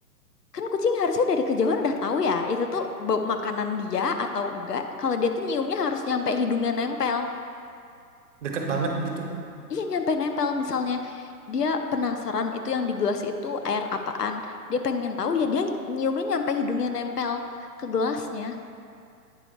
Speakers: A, on the left; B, on the right.
A: Kan kucing harusnya dari kejauhan udah tahu ya, itu tuh bau makanan dia atau enggak. Kalau dia tuh nyiumnya harus nyampe hidungnya nempel.
B: Deket banget gitu.
A: Iya, nyampe nempel. Misalnya dia penasaran itu yang di gelas itu air apaan. Dia pengen tahu ya dia nyiumnya nyampe hidungnya nempel ke gelasnya.